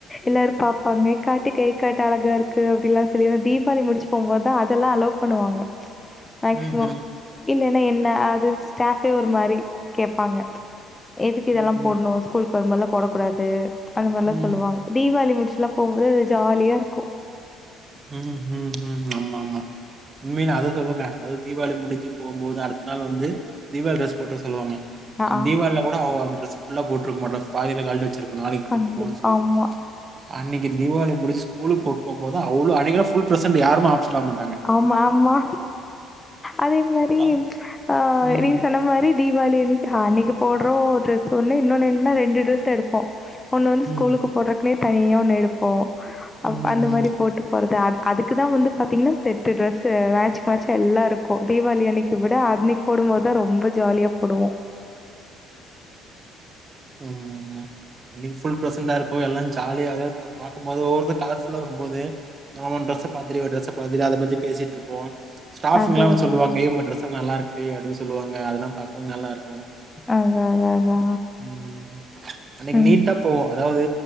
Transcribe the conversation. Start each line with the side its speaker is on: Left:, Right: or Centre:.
Left: எல்லாரு பாப்பாங்க காட்டு கை காட்டு அழகா இருக்கு அப்டிலா சொல்லி தீபாவளி முடிச்சு போம்போதுதா அதெல்லா அலோ பண்ணுவாங்க மேக்சிமம்
Right: ம்ஹ்ம்,
Left: இல்லன்னா என்ன அது ஸ்டாடே ஒரு மாரி கேப்பாங்க எதுக்கு இதெல்லா
Right: ம், ம்,
Left: போட்ணோ ஸ்கூலுக்கு வரும்போதுல்லா போட கூடாது அந்த மாரிலா
Right: ம், ம்,
Left: சொல்லுவாங்க தீபாவளி முடிச்சுலா போம்போது அது ஜாலியா இருக்கோ
Right: ம் ம் ம் ஆமா ஆமா உண்மையில அது சொல்லுங்க அது தீபாவளி முடிஞ்சு போம்போது அடுத் த நாள் வந்து தீபாவளி ட்ரஸ் போட்டு வர சொல்லுவாங்க
Left: ஆ
Right: நம்ம தீபாவில கூட அந்த ட்ரெஸ் ஃபுல்லா போட்ருக்க மாட்டோ பாதியில கழட்டு வெச்சிருப்போ நாளைக்கு
Left: கண்டிப்பா
Right: போட்டு போவோனு சொல்லி
Left: ஆமா
Right: அன்னிக் க்கி தீபாவளி முடிச்சு ஸ்கூலுக்கு போட் போம்போதுதா அவ்ளோ அன்னிக்கிதா ஃபுல் ப்ரெசென்ட்டு யாருமே ஆப்சன்ட் ஆவ மாட்
Left: ஆமா ஆமா அதே மாரி
Right: கல்
Left: ஆ
Right: ம்,
Left: நீ சொன்ன மாரி தீபாவளி அன்னிக்கி போட்ற ட்ரெஸ் ஒன்னு இன்னோன்னு என்னன்னா ரெண்டு ட்ரெஸ் எடுப்போ ஒண்ணு வந்து ஸ்கூலுக்கு
Right: ம்.
Left: போடுறதுக்குனே தனியா ஒண்ணு எடுப்போ அ
Right: ம்.
Left: அந்த மாரி
Right: ம்.
Left: போட்டு போறது அது அதுக்குதா வந்து பாத்தீங்னா செட்டு ட்ரெஸ் மேட்ச் மேட்ச் எல்லா இருக்கோ தீபாவளி அன்னிக்கி விட அன்னிக்கி போடும்போது தா ரொம்ப ஜாலியா போடுவோ
Right: ஆமா ஆமா அன்னிக்கி ஃபுல் பிரெசண்டா இருக்கோ எல்லா ஜாலியா அதே பாக்கும்போது ஒவ்வோர்த்தரு கலர்ஃபுல்லா வரும்போது அவ ட்ரஸ்ஸ பாத்துட்டு இவ ட்ரஸ் பாத்துட்டு அத பத்தி பேசிட்ருப்போ ஸ்டாஃபுங்கல்லா
Left: அதான் அதான்.
Right: சொல்லுவாங்க எ உங்க ட்ரெஸுலா நல்லா இருக்கு அப்டீன்னு சொல்லுவாங்க அதெல்லா பாக்குபோது நல்லா இருக்
Left: அதா அதா அதா
Right: ம். அன்னைக்கு
Left: ம்
Right: நீட்டா போவோ அதாவது